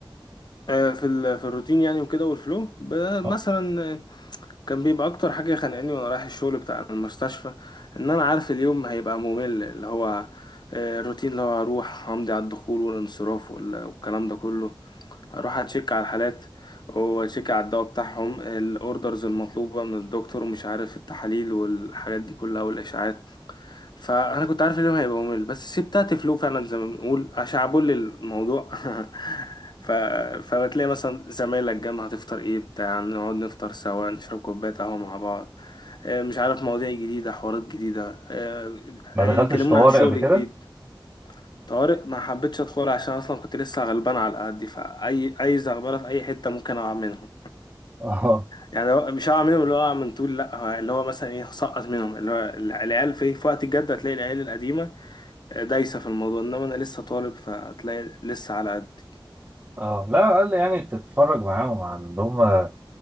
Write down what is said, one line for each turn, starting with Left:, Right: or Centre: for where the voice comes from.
Left: آه، في ال- في الروتين يعني وكده والفلو ب- مثلا
Right: اه
Left: آه، كان بيبقى اكتر حاجه خانقاني وانا رايح الشغل بتاع المستشفى ان انا عارف اليوم هيبقى ممل اللي هو آه، الروتين اللي هو هروح همضي على الدخول والانصراف وال- والكلام ده كله هروح اتشيك على الحالات واتشيك على الدواء بتاعهم الاوردرز المطلوبه من الدكتور ومش عارف التحاليل والحاجات دي كلها والاشعاعات فانا كنت عارف ان هو هيبقى ممل بس سبت تفلو فعلا زي ما بنقول عشان عبول الموضوع <laughs> ف... فبتلاقي مثلا زمايلك جنب هتفطر ايه بتاع نقعد نفطر سوا نشرب كوبايه قهوه مع بعض آه، مش عارف مواضيع جديده حوارات جديده آه،
Right: ما
Left: آه،
Right: دخلتش
Left: يكلمونا
Right: طوارئ
Left: عن شغل
Right: قبل كده
Left: جديد طوارئ ما حبيتش ادخل عشان اصلا كنت لسه غلبان على قدي فاي اي زغبله في اي حته ممكن اقع منهم
Right: <laughs> اه
Left: يعني هو- مش هقع منهم اللي هو اقع من طول لا هو اللي هو مثلا ايه هسقط منهم اللي هو العيال في في وقت الجد هتلاقي العيال القديمه دايسة في الموضوع إنما أنا لسه طالب فهتلاقي لسه على قد
Right: اه لا على الأقل يعني تتفرج معاهم على اللي هم